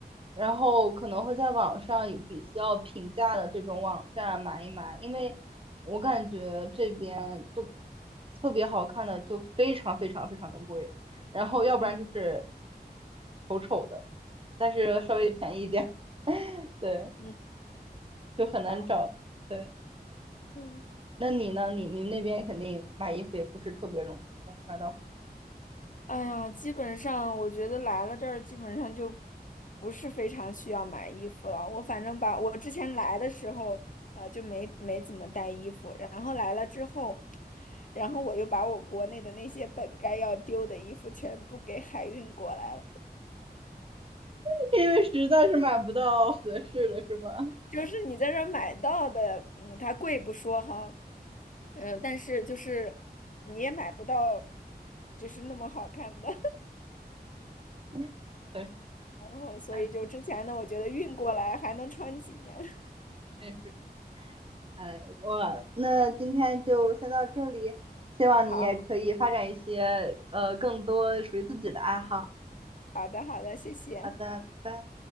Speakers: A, on the right; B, on the left.
A: 然后可能会在网上有比较平价的这种网站买一买，因为我感觉这边就特别好看的就非常非常非常的贵，然后要不然就是。
B: 嗯
A: 丑丑的。但是稍微便宜一点，<laughs> 对，
B: 嗯，
A: 就很难找。
B: 好，
A: 对，
B: 嗯，
A: 那你呢？你你们那边肯定买衣服也不是特别容易吧？买到合适，
B: 哎呀，基本上我觉得来了这儿，基本上就不是非常需要买衣服了。我反正把我之前来的时候，呃，就没没怎么带衣服，然后来了之后，然后我又把我国内的那些本该要丢的衣服全部给海运过来了。
A: <laughs> 因为实在是买不到合适的，是吧？
B: 就是你在这儿买到的，嗯，它贵不说哈，嗯，但是就是你也买不到，就是那么好看的，
A: <laughs> 对，
B: <laughs> 然后所以就之前呢，
A: 哎，
B: 我觉得运过来还能穿几年。<laughs>
A: 真是，哎，我那今天就先到这里，希望你也可以发展一些呃更多属于自己的爱好。
B: 好，好的，好的，谢谢。
A: 好的，拜拜。